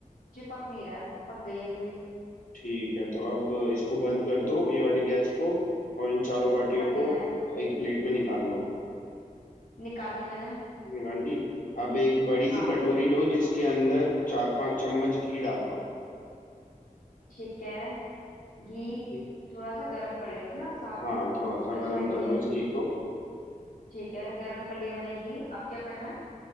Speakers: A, on the left (about 85°); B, on the left (about 75°).
A: चिपक नहीं रहा है पक गई है पूरी
B: ठीक है तो अब इसको बंद कर दो ये वाली गैस को और इन चारों बाटियों
A: कर दी
B: को
A: मैंने
B: एक प्लेट में निकाल लो
A: निकाल ली मैंने
B: निकाल ली अब एक बड़ी सी
A: हाँ
B: कटोरी लो जिसके अंदर चार पांच चम्मच घी डाल लो
A: ठीक है घी
B: ठीक है
A: थोड़ा सा गरम कर लेते हैं ना साबुत
B: हाँ थोड़ा सा
A: वैसा
B: गर्म
A: घी
B: कर लो
A: है
B: इस घी को
A: ठीक है गरम कर लिया मैंने घी अब क्या करना है